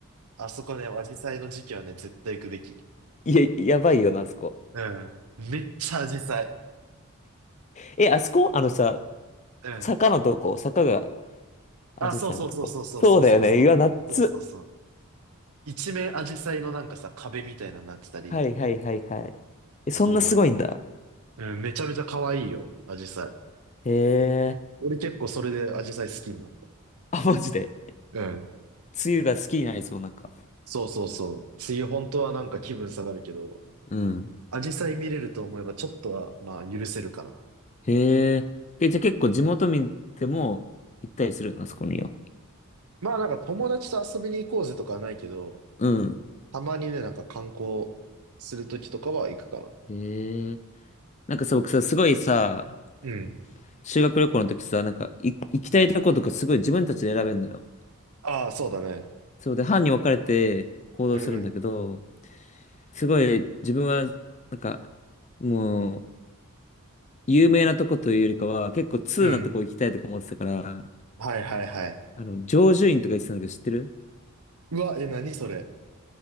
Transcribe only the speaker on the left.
いや、やばいよな、あそこ。
え、あそこあのさ、
坂のとこ、坂が、アジサイのとこ。
そうだよね。うわ、夏。
はいはいはいはい。え、
そんなすごいんだ。
へえ。
あ、マジで。
梅雨が好きになりそう、なんか。
うん。
へえ。え、じゃあ結構地元民でも行ったりするの、あそこには。
うん。
へえ。なんかさ、僕さ、すごいさ、
修学旅行の時さ、なんか、い行きたいとことかすごい自分たちで選べんのよ。
そうで、班に分かれて行動するんだけど、
すごい自分は、なんか、もう、有名なとこというよりかは、結構通なとこ行きたいとか思ってたから、
あの、成就院とか言ってたんだけど、知ってる